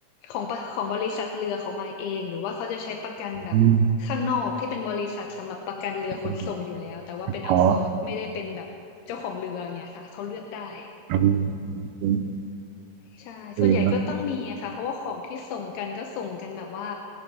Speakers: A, on the left; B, on the right.
A: ของปะของบริษัทเรือของมายเองหรือว่าเขาจะใช้ประกันแบบ
B: อืม
A: ข้างนอกที่เป็นบริษัทสำหรับประกันเรือขนส่งอยู่แล้วแต่ว่าเป็นเอาซอร์ไม่ได้เป็นแบบเจ้าของเรืออย่างเงี้ยค่ะเขาเลือกได้
B: อืมอ๋ออืมอืมอืม
A: ใช่ส่วนใหญ่ก็ต้องมีอะค่ะเพราะว่าของที่ส่งกันก็ส่งกันแบบว่า
B: อืมเนอะ